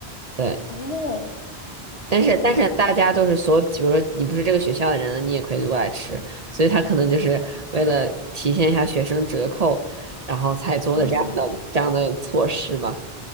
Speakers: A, on the right; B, on the left.
A: 对。
B: 哦，
A: 但是但是大家都是所，
B: 这样啊，
A: 比如说你不是这个学校的人，你也可以过来吃，所以他可能就是为了体现一下学生折扣，然后才做的这样的这样的措施吧。
B: 啊，